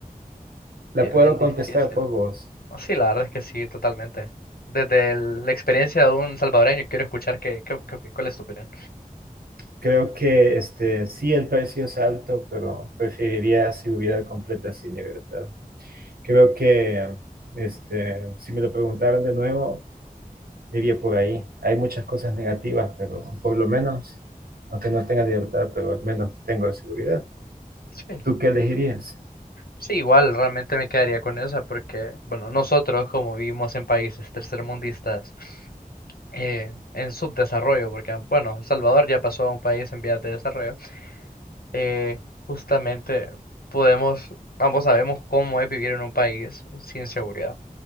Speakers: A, on the right (about 85°); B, on the left (about 85°).
A: La
B: bien,
A: puedo
B: bien difícil.
A: contestar por vos.
B: Sí, la verdad es que sí, totalmente. Desde el- la experiencia de un salvadoreño, quiero escuchar qué, qué, qué- cuál es tu opinión.
A: Creo que este, sí, el precio es alto, pero preferiría seguridad completa sin libertad. Creo que este, si me lo preguntaran de nuevo, me iría por ahí. Hay muchas cosas negativas, pero por lo menos, aunque no tenga libertad, pero al menos tengo seguridad.
B: Sí.
A: ¿Tú qué elegirías?
B: Sí, igual realmente me quedaría con esa porque, bueno, nosotros como vivimos en países tercermundistas eh, en subdesarrollo, porque, bueno, El Salvador ya pasó a un país en vías de desarrollo, eh, justamente podemos, ambos sabemos cómo es vivir en un país sin seguridad